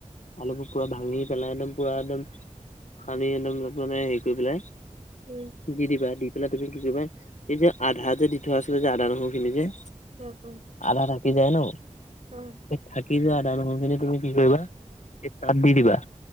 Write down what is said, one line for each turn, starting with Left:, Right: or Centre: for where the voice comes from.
Left: আলুবোৰ পুৰা ভাঙি পেলাই একদম পুৰা একদম সানি একদম যতনে হেৰি কৰি পেলাই
Right: উম।
Left: টুকি দিবা, দি পেলাই তুমি কি কৰিবা, এই যে আধা যে দি থোৱা আছিলে যে আধা নহৰু খিনি যে
Right: <unintelligible>
Left: আধা থাকি যায় ন'।
Right: অ'।
Left: এ থাকি যোৱা আদা নহৰু খিনি তুমি কি কৰিবা এই তাত দি দিবা।